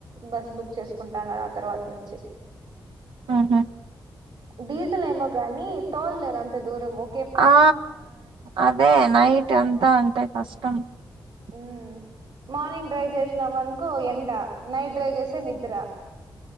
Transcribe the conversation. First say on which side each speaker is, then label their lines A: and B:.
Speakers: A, on the right (about 70°); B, on the right (about 85°).
A: బస్ బుక్ చేసుకుంటానారు ఆ తర్వాత నుంచి
B: <inaudible> ఉహు
A: డీజిల్ ఏమో గాని తోల్లేరు అంత దూరం ఓ
B: ఆ అదే నైట్ అంతా అంటే కష్టం <inaudible>
A: మ్మ్ మార్నింగ్ డ్రైవ్ చేసినామనుకో ఎండ నైట్ డ్రైవ్ చేస్తే నిద్ర